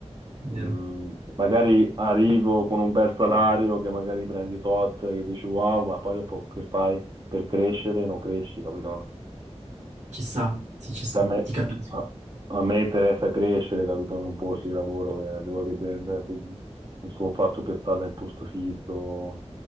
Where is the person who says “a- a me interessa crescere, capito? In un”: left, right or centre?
Right